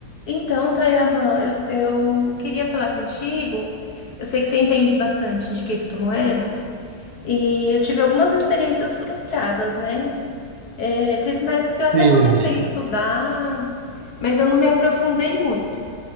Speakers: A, on the left; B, on the right.
A: Então, Tayaman, eu, eu queria falar contigo. Eu sei que você entende bastante de criptomoedas e eu tive algumas experiências frustradas, né? É, teve uma época que eu até
B: Sim,
A: comecei
B: minha amiga.
A: a estudar, mas eu não me aprofundei muito.